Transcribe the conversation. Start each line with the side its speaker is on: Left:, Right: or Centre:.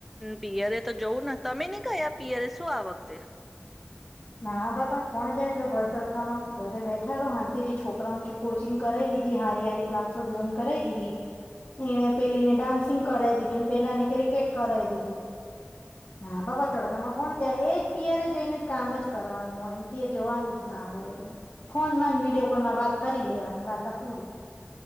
Centre: ਪੀਅਰੇ ਤਾਂ ਜਾਊ ਨਾ ਤ ਨੀ ਕਿਆ ਪੀਅਰੇ ਸ਼ੂ ਆ ਵਕਤੇ
Left: <unintelligible> ਇਹਣੇ ਪਹਿਲੀ ਨੇ ਡਾਂਸੀਿੰਗ ਕਰਵਾ ਦੀ ਪਹਿਲਾ ਨੇ ਕ੍ਰਿਕੇਟ ਕਰਾਈ ਦੀ ਨਾ ਬਾਾਬਾ ਤੜਕਾਮ ਕੋਣ <unintelligible> <unintelligible> <unintelligible> <unintelligible> ਤਪੂਰੀ <unintelligible>